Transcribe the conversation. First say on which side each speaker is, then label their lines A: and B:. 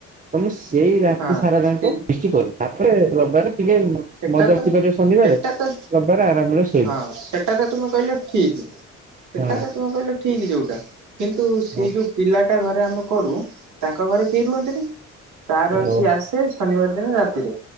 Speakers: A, on the right; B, on the right.
A: ଆମେ ସେଇ ରାତି
B: ହଁ
A: ସାରା ଯାଙ୍କ
B: ସେ
A: ପିଷ୍ଟି କରୁ ତାପରେ ରବିବାର ଟିକେ
B: ସେଟା
A: ମଜା ମସ୍ତି
B: ତ
A: କରିବ ଶନିବାରେ
B: ସେଟା ତ
A: ରବିବାରେ ଆରାମରେ ଶୋଇବ।
B: ହଁ ସେଟା ତ ତୁମେ କହିଲ ଠିକ୍। ସେଟା
A: ହଁ
B: ତ ତୁମେ କହିଲ ଠିକ୍ ଯୋଉଟା କିନ୍ତୁ ସେଇ
A: ହଁ
B: ଯୋଉ ପିଲାଟା ଘରେ ଆମେ କରୁ। ତାଙ୍କ ଘରେ କେହି ରୁହନ୍ତିନେହିଁ ତାର
A: ହଁ ଓ
B: ସିଏ ଆସେ ଶନିବାର ଦିନ ରାତିରେ